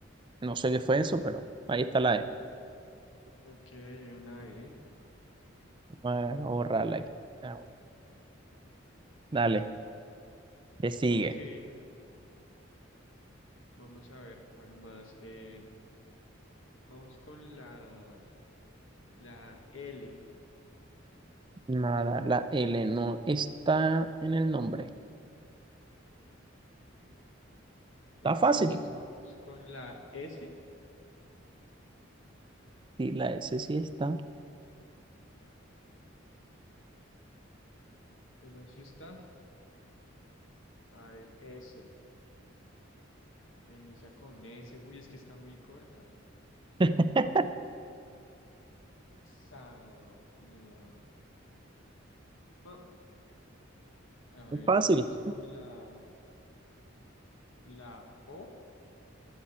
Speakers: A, on the right; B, on the left.
A: No sé qué fue eso, pero ahí está la E.
B: Ok, hay una E.
A: Voy a borrarla aquí. Ah, Dale, le sigue.
B: Ok. Vamos a ver cuál más. Em, vamos con la, la L.
A: Nada, la L no está en el nombre. Está
B: Entonces
A: fácil.
B: vamos con la S.
A: Sí, la S sí está.
B: Esa sí está. A ver, S. Inicia con S. Uy, es que está muy corta.
A: <laughs>
B: Sa- no. Ah, A
A: Es
B: ver,
A: fácil.
B: vamos con la, la O.